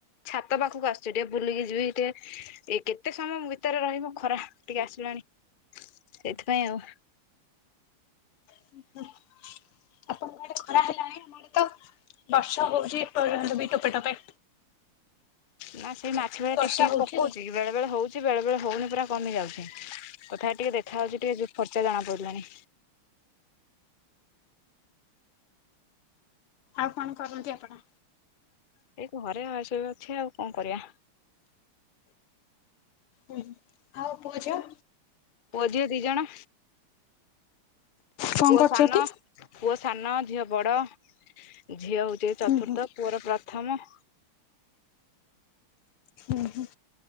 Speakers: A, on the left; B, on the left.
A: ଛାତ ପାଖକୁ ଆସୁଛ ଟିକେ ବୁଲିକି ଯିବି ଟିକେ ଏ କେତେ ସମୟ ଭିତରେ ରହିବ ଖରା ଟିକେ ଆସିଲାଣି ସେଇଥିପାଇଁ ଆଉ
B: <inaudible> ଆପଣଙ୍କ ଆଡେ ଖରା ହେଲାଣି ଆମ ଆଡେ ତ ବର୍ଷା ହଉଛି ଏପଟେ ବି ଟୋପେ ଟୋପେ।
A: ନା ସେଇ
B: ଝିପ୍
A: ମାଛି
B: ଝିପ୍
A: ଭଳିଆ
B: ବର୍ଷା
A: ଟିପ ଟିକ
B: ହଉଛି
A: ପକଉଛି
B: ଆଉ।
A: ବେଳେ ବେଳେ ହଉଛି ବେଳେ ବେଳେ ହଉନି ପୁରା କମି ଯାଉଛି। ତଥାପି ଟିକେ ଦେଖା ଯାଉଛି ଟିକେ ଫର୍ଚା ଜଣା ପଡିଲାଣି।
B: ଆଉ କଣ କରନ୍ତି ଆପଣ?
A: ଏଇ ଘରେ ଆସ ଅଛି ଆଉ କଣ କରିବା।
B: ହୁଁ ଆଉ ପୁଅ ଝିଅ?
A: ପୁଅ ଝିଅ ଦି ଜଣ
B: କଣ
A: ପୁଅ
B: କରୁଛନ୍ତି?
A: ସାନ ପୁଅ ସାନ ଝିଅ ବଡ଼ ଝିଅ ହଉଛି
B: ହୁଁ
A: ଚତୁର୍ଥ।
B: ହୁଁ
A: ପୁଅର ପ୍ରଥମ।
B: ହୁଁ ହୁଁ।